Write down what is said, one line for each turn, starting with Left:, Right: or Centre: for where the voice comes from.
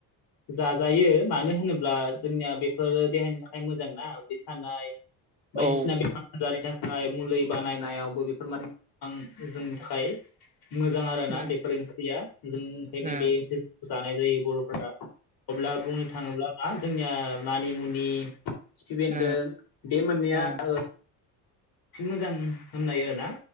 Left: जाजायो मानो होनोब्ला जोंनिया बेफोरो देहानि थाखाय मोजां ना उदै सानाय बायदिसिना
Right: औ
Left: बेमार आजारनि थाखाय मुलि बानायनायावबो बेफोर माने गोबां जोंनि थाखाय। मोजां आरो
Right: उम
Left: ना बेफोर ओंख्रिया जों ओंखायनो
Right: उम
Left: बे ओंख्रि जानाय जायो बर'फोरा अब्ला बुंनो थाङोब्ला मा जोंनिया मानिमुनि खिफि बेन्दों
Right: उम
Left: बे मोननैया
Right: उम
Left: ओ मोजां होननाय आरोना